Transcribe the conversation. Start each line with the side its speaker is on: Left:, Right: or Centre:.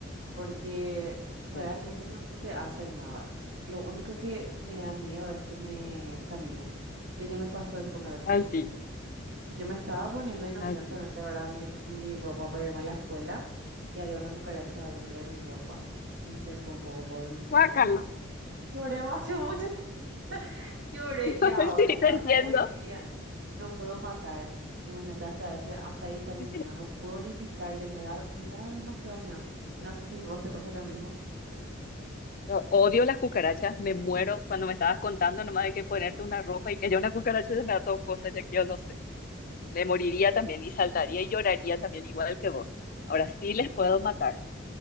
Right: porque realmente
Left: no.
Right: no, no te hacen nada. Lo único que me da miedo es que me camine, porque ya me pasó eso cuando era chiquitita.
Left: Ay, sí,
Right: Y yo me estaba poniendo inocentemente,
Left: ay, sí.
Right: ¿verdad? Mi, r- mi ropa para irme a la escuela y había una cucaracha dentro de mi ropa y se fue un poco por mi
Left: Guácala.
Right: casa. Lloré más, que mucho, <laughs> lloré
Left: <laughs>
Right: y ahora
Left: Sí,
Right: hasta
Left: te entiendo.
Right: hoy día no puedo matar. Imagínate, hasta ese, hasta ahí está mi
Left: Sí,
Right: miedo. No puedo ni pisarle, me da, me da demasiado miedo. No sé si vos te pasa lo mismo.
Left: Yo odio las cucarachas, me muero cuando me estabas contando nomás de que ponerte una ropa y que haya una cucaracha se me da todo cosa, ya que yo no sé. Me moriría también y saltaría y lloraría también igual que vos. Ahora sí les puedo matar,